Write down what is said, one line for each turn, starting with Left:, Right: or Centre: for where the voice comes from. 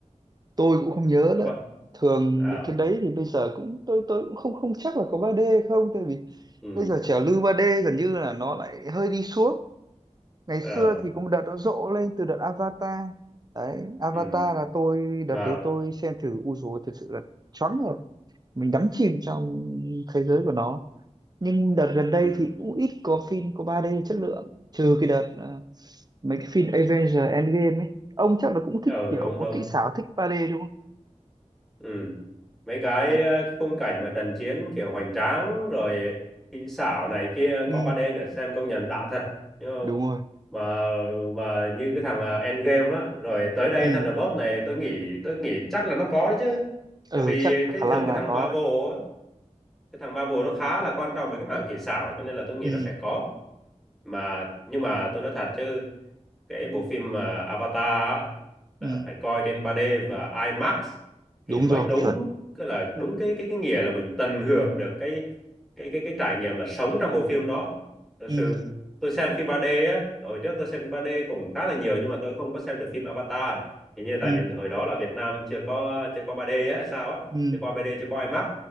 Right: tôi cũng không nhớ
Centre: có
Right: nữa
Centre: ba
Right: thường
Centre: ờ
Right: mấy cái đấy thì bây giờ cũng tôi tôi cũng không không chắc là có ba d không tại vì
Centre: ừ
Right: bây giờ trào lưu ba d gần như là nó lại hơi đi xuống ngày
Centre: ờ
Right: xưa thì có một đợt nó rộ lên từ đợt Avatar đấy Avatar
Centre: ừ
Right: là tôi
Centre: mà
Right: đợt đấy tôi xem thử u dù thật sự là choáng ngợp mình đắm chìm trong thế giới của nó nhưng đợt gần đây
Centre: ừ
Right: thì cũng ít có phim có 3D chất lượng trừ cái đợt ờ, mấy cái phim Avengers Endgame ấy ông chắc là cũng thích
Centre: ờ
Right: kiểu
Centre: đúng
Right: có
Centre: đúng
Right: kỹ xảo thích 3D đúng không
Centre: ừ mấy cái
Right: thích
Centre: ờ, khung cảnh mà trận chiến kiểu hoành tráng rồi kỹ xảo này kia
Right: ừ
Centre: có ba d nữa xem công nhận đã thật nhưng mà
Right: đúng rồi
Centre: mà mà như cái thằng ờ, Endgame á rồi tới đây
Right: ừ
Centre: Thunderbolt này tôi nghĩ tôi nghĩ chắc là nó có đấy chứ
Right: ừ
Centre: tại vì
Right: chắc
Centre: cái
Right: khả
Centre: thường
Right: năng
Centre: cái
Right: là
Centre: thằng
Right: có
Centre: Marvel
Right: đấy
Centre: á cái thằng Marvel nó khá là quan trọng về cái mảng kỹ xảo cho nên là tôi nghĩ
Right: ừ
Centre: nó sẽ có mà nhưng mà tôi nói thật chứ cái bộ phim mà Avatar á, là
Right: ừ
Centre: phải coi trên 3D và IMAX
Right: đúng
Centre: thì mới
Right: rồi
Centre: đúng
Right: chuẩn
Centre: cứ là đúng cái cái cái nghĩa là mình tận hưởng được cái cái cái cái trải nghiệm là sống trong bộ phim đó thật
Right: ừ
Centre: sự tôi xem phim 3D á hồi trước tôi xem phim 3D cũng khá là nhiều nhưng mà tôi không có xem được phim Avatar thì như tại
Right: ừ
Centre: vì hồi đó là Việt Nam chưa có chưa có 3D á hay sao á
Right: ừ
Centre: chưa có 3D chưa có IMAX